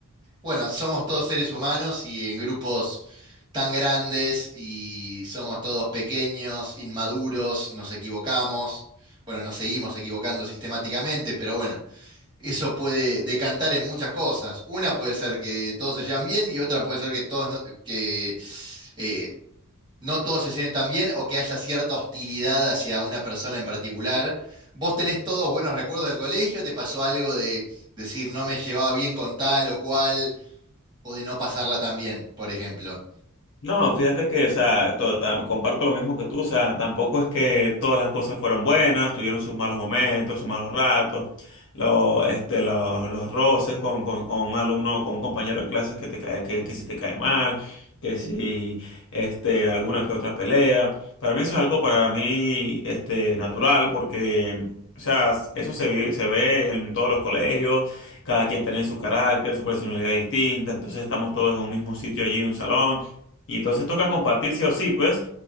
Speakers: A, on the right; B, on the left.
A: Bueno, somos todos seres humanos y en grupos tan grandes y somos todos pequeños, inmaduros, nos equivocamos. Bueno, nos seguimos equivocando sistemáticamente, pero bueno eso puede decantar en muchas cosas. Una puede ser que todos se llevan bien y otra puede ser que todos no, que eh, no todos se lleven tan bien o que haya cierta hostilidad hacia una persona en particular. ¿Vos tenés todos buenos recuerdos del colegio? ¿Te pasó algo de decir no me llevaba bien con tal o cual o de no pasarla tan bien, por ejemplo?
B: No, fíjate que, o sea, to- tam- comparto lo mismo que tú, o sea, tampoco es que todas las cosas fueron buenas, tuvieron sus malos momentos, sus malos ratos, lo- este, lo- los roces con, con- con un alumno, con un compañero de clases que te cae, que, que si te cae mal, que si, este, alguna que otra pelea. Para mí eso es algo para mí, este, natural, porque, o sea, eso se ve, se ve en todos los colegios, cada quien tiene su carácter, su personalidad distinta, entonces estamos todos en un mismo sitio allí, en un salón. Y entonces toca compartir sí o sí, pues.